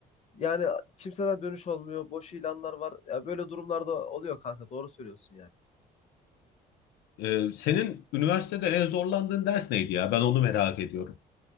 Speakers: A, on the left (about 40°); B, on the left (about 80°).
A: Yani kimseden dönüş olmuyor. Boş ilanlar var. Ya böyle durumlarda oluyor kanka doğru söylüyorsun yani.
B: Ee, senin üniversitede en zorlandığın ders neydi ya? Ben onu merak ediyorum.